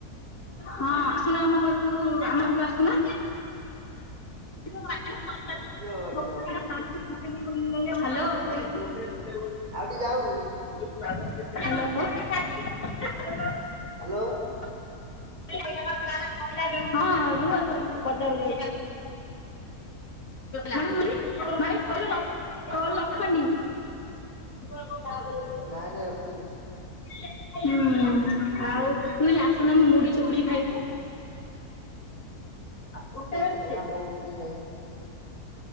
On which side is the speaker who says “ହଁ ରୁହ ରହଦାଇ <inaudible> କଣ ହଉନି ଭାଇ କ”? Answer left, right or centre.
Left